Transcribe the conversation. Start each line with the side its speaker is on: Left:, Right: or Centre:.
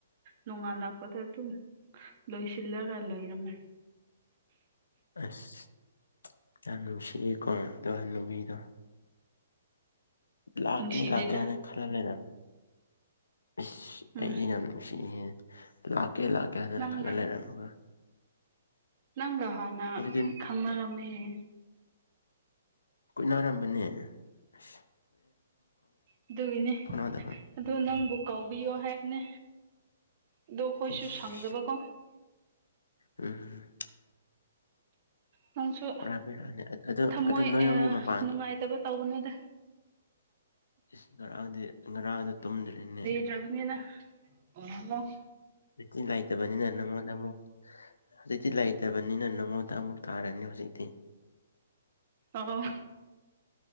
Right: ꯅꯣꯡꯉꯥꯜꯂꯛꯄꯗ ꯑꯗꯨꯝ ꯂꯣꯏꯁꯤꯜꯂꯒ ꯂꯩꯏꯔꯝꯃꯦ
Left: ꯑꯁ ꯌꯥꯝ ꯅꯨꯡꯁꯤꯑꯀꯣ ꯑꯣ ꯍ ꯅꯨꯨꯕꯤꯗꯣ ꯂꯥꯛꯀꯦ
Right: ꯅꯨꯡꯁꯤꯗꯦꯗ
Left: ꯂꯥꯛꯀꯦ ꯍꯥꯏꯅ ꯈꯜꯍꯜꯂꯦꯗ ꯏꯁꯁ
Right: ꯎꯝ
Left: ꯑꯩꯗꯤ ꯌꯥꯝ ꯅꯨꯡ ꯁꯤꯍꯦ ꯂꯥꯛꯀꯦ ꯂꯥꯛꯀꯦ ꯍꯥꯏꯗꯅ
Right: ꯅꯪꯒ
Left: ꯈꯜꯂ ꯂꯩꯔꯝꯃꯒ
Right: ꯅꯪꯒ ꯍꯥꯟꯅ
Left: ꯑꯗꯨꯗꯤ
Right: ꯈꯪꯅꯔꯝꯃꯦꯍꯦ
Left: ꯀꯨꯠꯅꯔꯝꯕꯅꯦ ꯑꯁ
Right: ꯎ ꯗꯨꯒꯤꯅꯤ
Left: ꯐꯥꯎꯅꯗꯕ
Right: ꯑꯗꯣ ꯅꯪꯕꯨ ꯀꯥꯎꯕꯤꯌꯣ ꯍꯥꯏꯕꯅꯦ ꯑꯗꯣ ꯑꯩꯈꯣꯏꯁꯨ
Left: ꯏꯁ
Right: ꯁꯪꯗꯕꯀꯣ
Left: ꯎꯝ
Right: ꯅꯪꯁꯨ
Left: ꯄꯨꯔꯥ ꯕꯦꯔꯥꯅꯦ ꯑꯗꯣ
Right: ꯊꯝꯃꯣꯏ
Left: ꯑꯗꯨ ꯅꯣꯏꯌꯨꯝꯒꯤ ꯃꯄꯥꯟꯒꯤ
Right: ꯅꯨꯡꯉꯥꯏꯇꯕ ꯇꯧꯅꯨꯗ
Left: ꯏꯁ ꯉꯔꯥꯡꯗꯤ ꯉꯔꯥꯡꯗ ꯇꯨꯝꯗ꯭ꯔꯦꯅꯦ
Right: ꯇ꯭ꯔꯅꯤꯅ ꯑꯣ
Left: ꯍꯨꯖꯤꯛ ꯂꯩꯇꯕꯅꯤꯅ ꯅꯪꯉꯣꯟꯗ ꯑꯃꯨꯛ ꯍꯧꯖꯤꯛꯇꯤ ꯂꯩꯇꯕꯅꯤꯅ ꯅꯪꯉꯣꯟꯗ ꯑꯃꯨꯛ ꯇꯥꯔꯅꯤ ꯍꯧꯖꯤꯛꯇꯤ
Right: ꯑꯣ